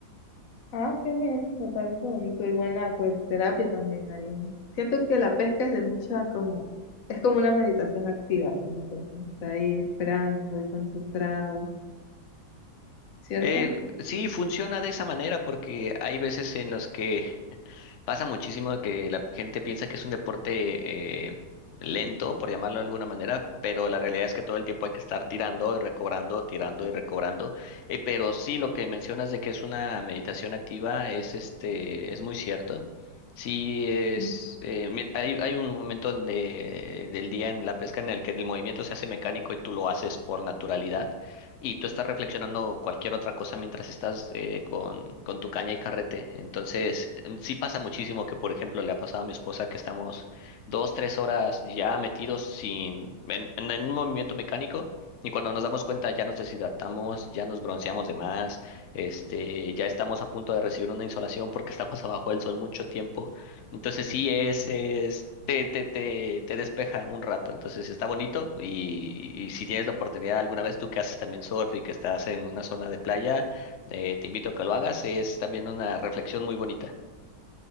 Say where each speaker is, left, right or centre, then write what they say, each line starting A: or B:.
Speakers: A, on the left; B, on the left.
A: Ah, qué bien, me parece bonito y buena pues terapia también ahí. Siento que la pesca es de mucha como, es como una meditación activa, siento. uno Está ahí esperando y concentrado, ¿cierto?
B: Eh, sí, funciona de esa manera porque hay veces en los que Pasa muchísimo de que la gente piensa que es un deporte eh, lento, por llamarlo de alguna manera, pero la realidad es que todo el tiempo hay que estar tirando y recobrando, tirando y recobrando. Eh, pero sí, lo que mencionas de que es una meditación activa es este, es muy cierto. Sí, es,
A: Mm,
B: eh, mi- hay, hay un momento donde- del día en la pesca en el que el movimiento se hace mecánico y tú lo haces por naturalidad y tú estás reflexionando cualquier otra cosa mientras estás eh, con, con tu caña y carrete. Entonces, em, sí pasa muchísimo que, por ejemplo, le ha pasado a mi esposa que estamos dos, tres horas ya metidos sin, en, en- en un movimiento mecánico. Y cuando nos damos cuenta ya nos deshidratamos, ya nos bronceamos de más, este, ya estamos a punto de recibir una insolación porque <laughs> estamos abajo del sol mucho tiempo. Entonces sí es, es te, te, te, te despeja un rato. Entonces está bonito y, y si tienes la oportunidad alguna vez tú que haces también surf y que estás en una zona de playa, eh, te invito a que lo hagas. Es también una reflexión muy bonita.